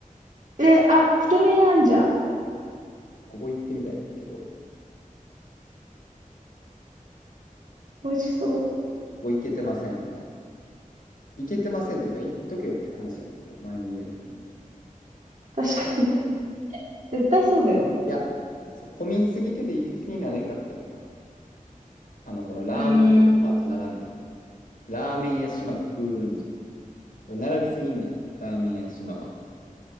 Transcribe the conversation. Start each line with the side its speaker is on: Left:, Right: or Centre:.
Right: い。え、あ、つけ麺あんじゃん。
Left: そうここ行ってみたいねんだけど、
Right: 美味しそう。
Left: ここ行けてません、まだ。行けてませんというか、行っとけよって話なんだけど、前の家の時に。
Right: 確かに。<laughs> 絶対そうだよね。
Left: いや、そう、混みすぎてて行く気になれんかってんな。あの、このラーメン屋島と並んで。
Right: うーん。
Left: ラーメン屋島と風雲寺。これ並びすぎんねん。ラーメン屋島は。